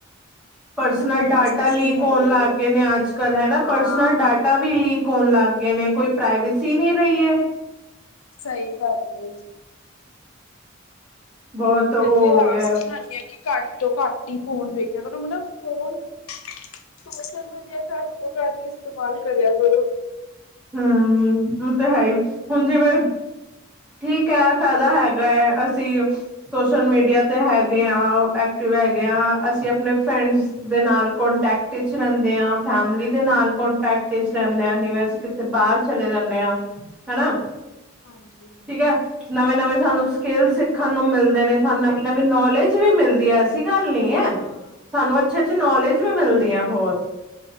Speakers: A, in the centre; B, on the left (about 80°).
A: ਪਰਸਨਲ
B: ਉਹ ਨਾ ਗਲਤ
A: ਡਾਟਾ
B: ਚੀਜ਼
A: ਲੀਕ
B: ਤੇ ਹੈ
A: ਹੋਣ
B: ਹੀ
A: ਲੱਗ
B: ਹੈ
A: ਗਏ ਨੇ ਅੱਜ ਕੱਲ ਹਨਾ,
B: ਹਾਂ
A: ਪਰਸਨਲ ਡਾਟਾ <unintelligible> ਵੀ ਲੀਕ ਹੋਣ ਲੱਗ ਗਏ ਨੇ ਕੋਈ ਪ੍ਰਾਈਵੇਸੀ ਨਹੀਂ ਰਹੀ ਏ।
B: ਸਹੀ ਗੱਲ ਏ।
A: ਬਹੁਤ ਉਹ
B: ਮੈਂ
A: ਹੋ
B: ਫੇਰ ਆਪ
A: ਗਿਆ
B: ਸਮਝਾਨੀ ਅ ਕਿ ਘੱਟ ਤੋਂ ਘੱਟ ਹੀ ਫੋਨ ਵੇਖਿਆ ਕਰੋ ਮਤਲਬ, ਫੋਨ ਸੋਸ਼ਲ ਮੀਡੀਆ ਘੱਟ ਤੋਂ ਘੱਟ ਇਸਤੇਮਾਲ ਕਰਿਆ ਕਰੋ।
A: ਹ ਮ ਉ ਤੇ ਹੈ ਹੀ ਹੁਣ ਜਿਵੇਂ ਠੀਕ ਹੈ ਫਾਇਦਾ ਹੈਗਾ ਹੈ ਅਸੀਂ ਸੋਸ਼ਲ ਮੀਡੀਆ 'ਤੇ ਹੈਗੇ ਹਾਂ, ਐਕਟਿਵ ਹੈਗੇ ਹਾਂ ਅਸੀਂ ਆਪਣੇ ਫਰੈਂਡਸ ਦੇ ਨਾਲ ਕੋਂਟੈਕਟ ਤੇ ਚ ਰਹਿੰਦੇ ਹਾਂ ਫੈਮਿਲੀ ਦੇ ਨਾਲ
B: ਹੂੰ।
A: ਕੋਂਟੈਕਟ ਚ ਰਹਦੇ ਆਾਂ ਜਿਵੇਂ ਅਸੀਂ ਕਿ ਬਾਹਰ ਚਲੇ ਜਾਨੇ ਹਾਂ, ਹਨਾ?
B: ਹਾਂਜੀ ਹ
A: ਠੀਕ ਹੈ, ਨਵੇਂ ਨਵੇਂ ਸਾਨੂੰ ਸਕਿੱਲ ਸਿੱਖਣ ਨੂੰ ਮਿਲਦੇ ਨੇ ਸਾਨੂੰ ਨਵੀਂ ਨਵੀਂ ਨੌਲੇਜ 'ਚ ਵੀ ਮਿਲਦੀ ਹੈ ਐਸੀ ਗੱਲ ਨਹੀਂ ਏ,
B: ਹਾਂ
A: ਸਾਨੂੰ
B: ਨੌਲੇਜ
A: ਅੱਛੇ ਅੱਛੇ
B: ਵੀ
A: ਨੌਲੇਜ
B: ਮਿਲਦੀ ਹੈ।
A: ਵੀ ਮਿਲਦੀ ਹੈ ਬਹੁਤ।